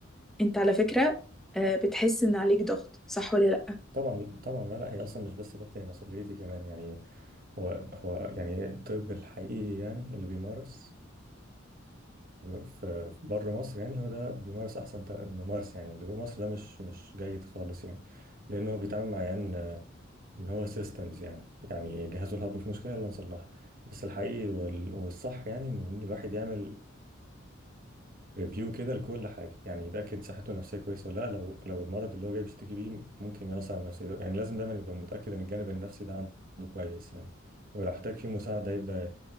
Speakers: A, in the centre; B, on the right.
A: انت على فكره آه، بتحس ان عليك ضغط صح ولا لا
B: طبعا طبعا لا لا هي اصلا مش بس ضغطي هي مسؤوليتي كمان يعني هو هو يعني الطب الحقيقي يعني اللي بيمارس في بره مصر يعني هو ده بيمارس احسن تا- ممارسه يعني اللي جوه مصر ده مش مش جيد خالص يعني لان هو بيتعامل مع عيان آه، ان هو سيستمز يعني يعني جهازه الهضمي في مشكله يلا نصلحها بس الحقيقي وال- والصح يعني ان إن الواحد يعمل ريفيو كده لكل حاجه يعني يتاكد صحته النفسيه كويسه ولا لا لو لو المرض اللي هو جاي بيشتكي بيه ممكن يأثر على نفسيته يعني لازم دايما يبقى متاكد ان الجانب النفسي ده عنده كويس يعني ولو احتاج فيه مساعده يبدا